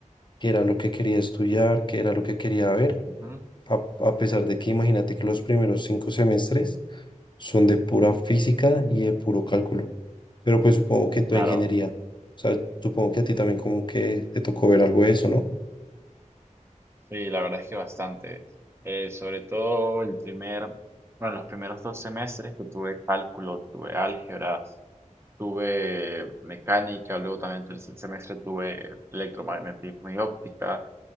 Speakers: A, on the left; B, on the right.
A: que era lo que quería estudiar, que era lo que quería ver
B: ujú.
A: A, a pesar de que imagínate que los primeros cinco semestres son de pura física y de puro cálculo, pero pues supongo que en toda
B: Claro,
A: ingeniería, o sea, supongo que a ti también como que te tocó ver algo de eso, ¿no?
B: sí, la verdad es que bastante. Eh, sobre todo el primer, bueno, los primeros dos semestres que tuve cálculo, tuve álgebra, tuve mecánica, luego también el tercer semestre tuve electromagnetismo y óptica,